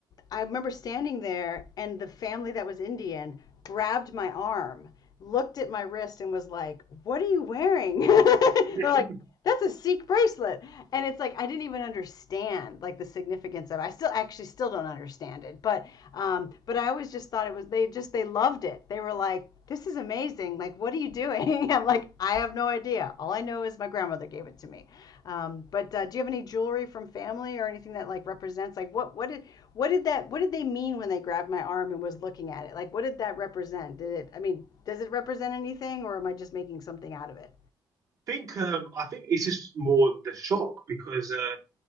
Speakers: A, on the left; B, on the right.
A: I remember standing there, and the family that was Indian grabbed my arm, looked at my wrist, and was like, "What are you wearing?" <laughs> They're
B: <laughs>
A: like, "That's a Sikh bracelet," and it's like I didn't even understand like the significance of. it. I still actually still don't understand it, but um, but I always just thought it was they just they loved it. They were like. This is amazing. Like, what are you doing? <laughs> I'm like, I have no idea. All I know is my grandmother gave it to me. Um, but uh, do you have any jewelry from family or anything that like represents like what what did what did that what did they mean when they grabbed my arm and was looking at it? Like what did that represent? Did it? I mean, does it represent anything, or am I just making something out of it?
B: think um, I think it's just more the shock because uh,